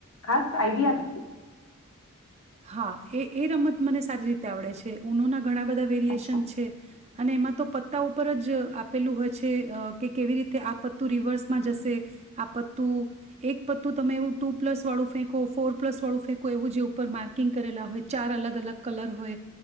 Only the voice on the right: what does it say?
હા એ એ રમત મને સારી રીતે આવડે છે ઉનો ના ઘણા બધા વેરિયેશન
છે અને એમાં તો પત્તા ઉપર જ આપેલું હોય છે કે કેવી રીતે આ પત્તું રિવર્સમાં જશે આ પત્તું એક પત્તું તમે એવું ટુ પ્લસ વાળું ફેંકો ફોર પ્લસ વાળું ફેંકો એવું જે ઉપરમાં કકિંગ કરેલા હોય ચાર અલગ અલગ કલર હોય